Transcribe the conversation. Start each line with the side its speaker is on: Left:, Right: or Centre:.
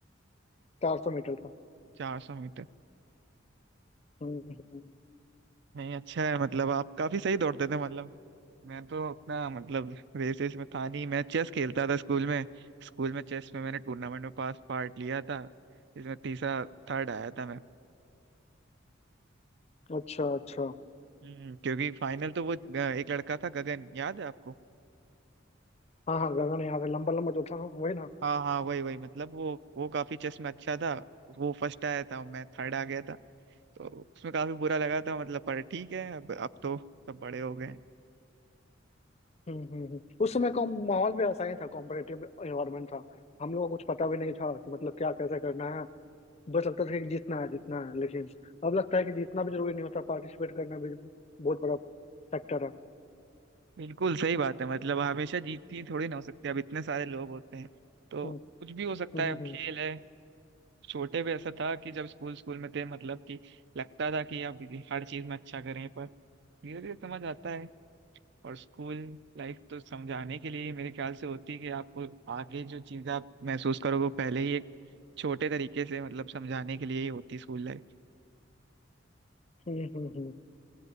Left: चार सौ मीटर था
Right: 400 मीटर
Left: हम्म हम्म। हम्म।
Right: नहीं अच्छा है मतलब आप काफी सही दौड़ते थे मतलब मैं तो अपना मतलब रेसेस में था नहीं मैं चेस खेलता था स्कूल में स्कूल में चेस में मैंने टूर्नामेंट में पास पार्ट लिया था इसमें तीसरा थर्ड आया था मैं
Left: अच्छा अच्छा
Right: हम्म क्योंकि फाइनल तो वो अ, एक लड़का था गगन याद है आपको
Left: हाँ हाँ गगन याद है लंबा लंबा जो था वही ना
Right: हाँ हाँ वही वही मतलब वो वो काफी चेस में अच्छा था वो फर्स्ट आया था मैं थर्ड आ गया था तो उसमें काफी बुरा लगा था मतलब पर ठीक है अब अब तो सब बड़े हो गए हैं।
Left: हम्म हम्म हम्म। उस समय का माहौल भी ऐसा ही था कॉम्पिटेटिव एनवायरमेंट था हम लोगों को कुछ पता भी नहीं था कि मतलब क्या कैसे करना है बस लगता था कि जीतना है जीतना है लेकिन अब लगता है कि जीतना भी जरूरी नहीं होता पार्टिसिपेट करना भी बहुत बड़ा फैक्टर है
Right: बिल्कुल सही बात है मतलब हमेशा जीतती थोड़ी ना हो सकती अब इतने सारे लोग होते हैं तो
Left: हम्म
Right: कुछ भी हो सकता
Left: हम्म
Right: है अब
Left: हम्म
Right: खेल है छोटे पे ऐसा था कि जब स्कूल स्कूल में थे मतलब कि लगता था कि अब हर चीज में अच्छा करें पर धीरे धीरे समझ आता है और स्कूल लाइफ तो समझाने के लिए ही मेरे ख्याल से होती है कि आपको आगे जो चीज़ आप महसूस करोगे वो पहले ही एक छोटे तरीके से मतलब समझाने के लिए ही होती स्कूल लाइफ
Left: हम्म हम्म हम्म